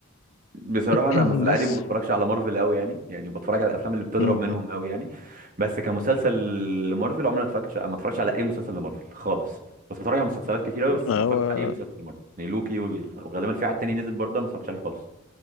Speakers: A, on the right; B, on the left.
A: بصراحة
B: <clears throat>
A: أنا في العادي
B: بس
A: ما بتفرجش على مارفل أوي يعني يعني بتفرج على الأفلام اللي بتضرب
B: م- م.
A: منهم أوي يعني بس كمسلسل لمارفل عمري ما اتفرجتش ما اتفرجش على أي مسلسل لمارفل خالص بس بتفرج على مسلسلات كتير أوي بس
B: هو
A: ما اتفرجتش على أي مسلسل لمارفل يعني لوكي وال- وغالبا في حد تاني نزل برضه أنا ما اتفرجتش عليه خالص